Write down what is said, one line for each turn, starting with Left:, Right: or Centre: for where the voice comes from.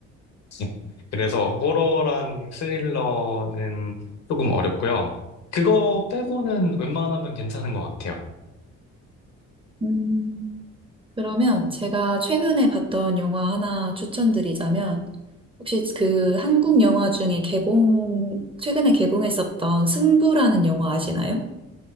Left: <laughs> 그래서 호러랑 스릴러는 조금 어렵고요. 그거 빼고는 웬만하면 괜찮은 것 같아요.
Right: 음, 그러면 제가 최근에 봤던 영화 하나 추천드리자면, 혹시 그 한국 영화 중에 개봉, 최근에 개봉했었던 승부라는 영화 아시나요?